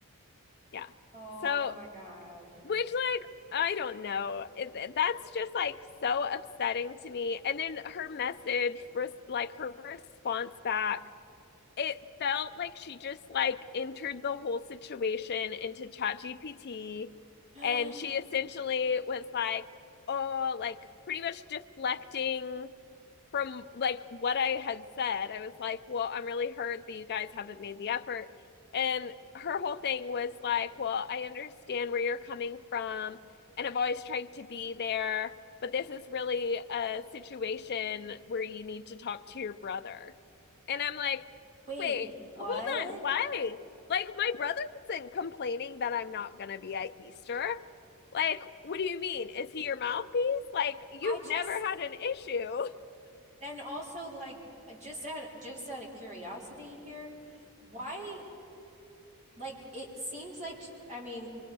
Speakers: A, on the left (about 50°); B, on the right (about 30°).
A: Yeah.
B: Oh
A: So,
B: my God.
A: which like I don't know. It, that's just like so upsetting to me. And then her message, res- like her response back it felt like she just like entered the whole situation into ChatGPT
B: <gasps>
A: and she essentially was like, oh, like pretty much deflecting from like what I had said, I was like, well, I'm really hurt that you guys haven't made the effort. And her whole thing was like, well, I understand where you're coming from, and I've always tried to be there, but this is really a situation where you need to talk to your brother. And I'm like,
B: Wait,
A: wait,
B: what?
A: hold on, why? Like, my brother isn't complaining that I'm not going to be at Easter. Like, what do you mean? Is he your mouthpiece? Like, you've
B: I just
A: never had an issue.
B: and also like just out just out of curiosity here, why like it seems like I mean,